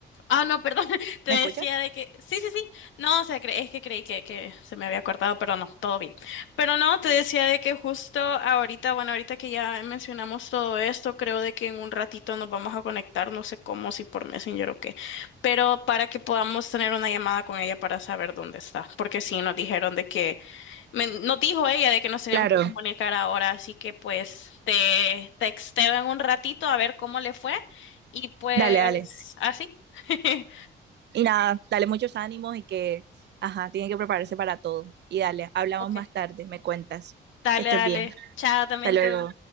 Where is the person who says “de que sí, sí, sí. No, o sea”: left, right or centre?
Left